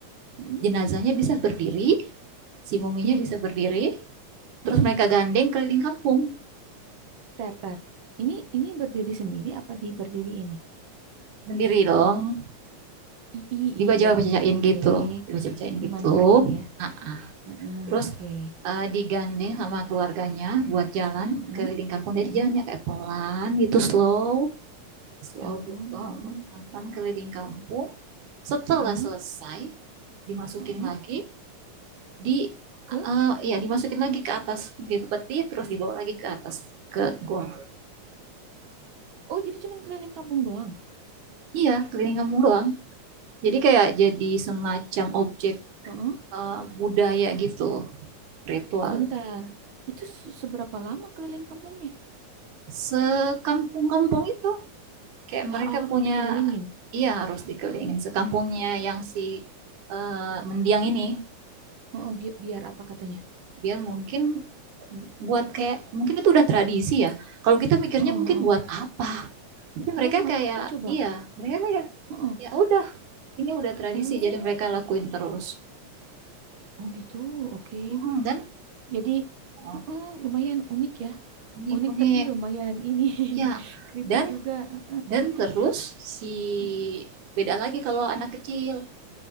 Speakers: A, on the right; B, on the right.
A: mm-mm.
B: jenazahnya bisa berdiri, si muminya
A: Iya,
B: bisa berdiri, terus
A: mm-mm.
B: mereka gandeng keliling kampung
A: Tar, tar. Ini ini berdiri sendiri apa di berdiri ini?
B: sendiri dong.
A: I, i,
B: dibaca-bacain
A: i, ya ampun, oke.
B: gitu, dibaca-bacain gitu.
A: Dimantrain ya.
B: Nah,
A: Heeh,
B: terus
A: oke.
B: uh, digandeng sama keluarganya buat jalan
A: Mm-mm,
B: keliling kampung. Jadi
A: mm-mm.
B: jalannya kayak pelan gitu, slow, slow
A: Ya ampun,
B: gitu,
A: ya ampun.
B: pelan-pelan
A: Ya,
B: keliling kampung. Setelah
A: Heeh,
B: selesai, dimasukin
A: heeh.
B: lagi di
A: Ke,
B: uh, ya dimasukin lagi ke atas gitu peti, terus dibawa lagi ke atas ke gua.
A: oh jadi cuman keliling kampung doang.
B: Iya, keliling kampung doang. Jadi kayak jadi semacam objek
A: Heeh,
B: uh, budaya gitu, ritual
A: bentar. Itu se- seberapa lama keliling kampungnya?
B: sekampung-kampung itu kayak mereka
A: Ha- harus
B: punya
A: dikelilingin.
B: iya harus dikelilingin sekampungnya yang si eh, mendiang ini
A: Heeh, bi- biar apa katanya?
B: biar mungkin buat kayak mungkin itu udah tradisi ya kalau kita mikirnya
A: Heeh,
B: mungkin
A: heeh.
B: buat apa tapi
A: Heeh,
B: mereka
A: buat
B: kayak
A: apa coba?
B: iya mereka kayak
A: Heeh.
B: ya udah ini udah tradisi
A: Oh,
B: jadi mereka lakuin terus
A: oh gitu. Oke.
B: Mhm, dan
A: Jadi,
B: oh,
A: heeh, lumayan unik ya.
B: ini
A: Unik
B: kuning
A: tapi lumayan ini <laughs>
B: ya
A: creepy
B: dan
A: juga. Heeh.
B: dan terus si
A: Mm-mm.
B: beda lagi kalau anak kecil